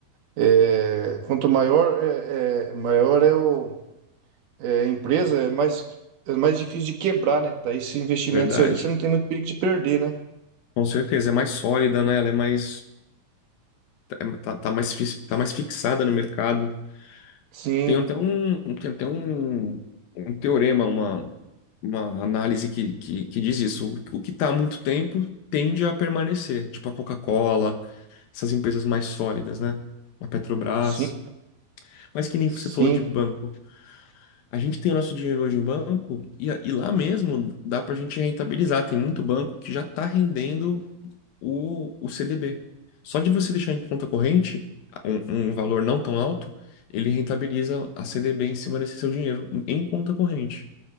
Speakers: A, on the right (about 65°); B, on the left (about 75°).
A: é, quanto maior é, é- maior é o, é a empresa, é mais, é mais difícil de quebrar, né? Daí esse investimento
B: verdade.
A: seu ali, você não tem muito perigo de perder, né?
B: Com certeza, é mais sólida, né? Ela é mais, é- tá, tá mais, fis- tá mais fixada no mercado.
A: Sim,
B: Tem até um, tem até um, um teorema, uma, uma análise que, que, que diz isso. O, o que está há muito tempo tende a permanecer, tipo a Coca-Cola, essas empresas mais sólidas, né? A Petrobras.
A: sim,
B: Mas que nem
A: sim.
B: você falou de banco. A gente tem o nosso dinheiro hoje em banco e, a- e lá mesmo dá para a gente rentabilizar. Tem muito banco que já está rendendo o, o CDB. Só de você deixar em conta corrente um, um valor não tão alto, ele rentabiliza a CDB em cima desse seu dinheiro, em conta corrente.